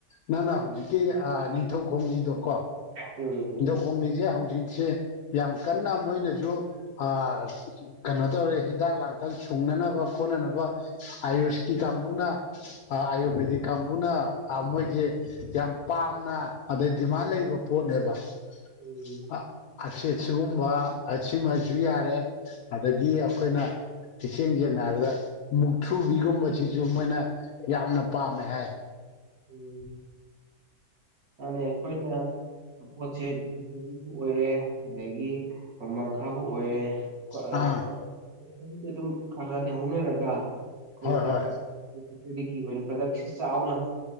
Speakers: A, on the left; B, on the right.
A: ꯅꯪꯅ ꯍꯧꯖꯤꯛꯀꯤ ꯑ ꯅꯤꯡꯊꯧ ꯈꯣꯡꯂꯤꯗꯣꯀꯣ
B: ꯎꯝ
A: ꯈꯣꯡꯂꯤꯁꯦ ꯍꯧꯖꯤꯛꯁꯦ ꯌꯥꯝ ꯀꯟꯅ ꯃꯣꯏꯅꯁꯨ ꯑ ꯀꯩꯅꯣ ꯇꯧꯔꯦ ꯍꯤꯗꯥꯛ ꯂꯥꯡꯊꯛ ꯈꯤꯇꯪ ꯁꯨꯡꯅꯅꯕ ꯈꯣꯠꯅꯅꯕ ꯑꯌꯨꯁꯀꯤ ꯀꯥꯡꯕꯨꯅ ꯑꯥꯔꯌꯨꯚꯦꯗꯤꯛ
B: ꯎꯝ
A: ꯀꯥꯡꯕꯨꯅ ꯑ ꯃꯣꯏꯒꯤ ꯌꯥꯝ ꯄꯥꯝꯅ ꯑꯗꯩ ꯗꯤꯃꯥꯟ ꯂꯩꯕ ꯄꯣꯠꯅꯦꯕ <unintelligible>
B: ꯎꯝ
A: ꯁꯤꯒꯨꯝꯕ ꯑꯁꯤꯃꯁꯨ ꯌꯥꯔꯦ ꯑꯗꯒꯤ
B: ꯎꯝ
A: ꯑꯩꯈꯣꯏꯅ ꯏꯁꯦꯡ ꯁꯦꯡꯅ ꯍꯥꯏꯔꯕꯗ ꯃꯨꯛꯊ꯭ꯔꯨꯕꯤꯒꯨꯝꯕꯁꯤꯁꯨ ꯃꯣꯏꯅ ꯌꯥꯝꯅ ꯄꯥꯝꯃꯦ ꯍꯥꯏ
B: ꯎꯝ ꯃꯥꯅꯦ ꯑꯩꯈꯣꯏꯅ ꯄꯣꯠꯁꯦ <unintelligible> ꯑꯣꯏꯔꯦ ꯑꯗꯒꯤ ꯅꯣꯃꯥꯡꯈꯥꯕꯨ ꯑꯣꯏꯔꯦ <unintelligible>
A: ꯑꯥ
B: ꯑꯗꯨꯝ ꯈꯔ ꯈꯔꯗꯤ ꯍꯧꯅꯔꯒ ꯑꯩꯈꯣꯏ
A: ꯍꯣꯏ ꯍꯣꯏ
B: <unintelligible> <unintelligible> ꯆꯥꯎꯅ